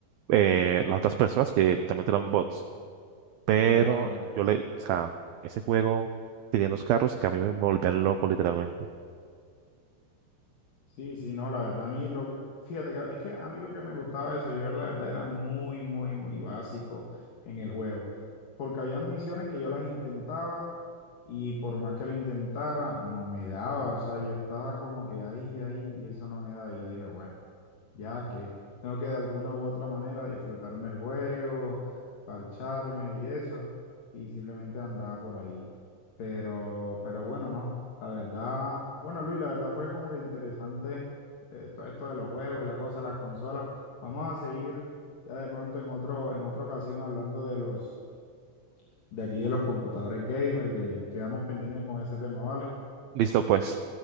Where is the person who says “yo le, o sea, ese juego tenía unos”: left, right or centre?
Right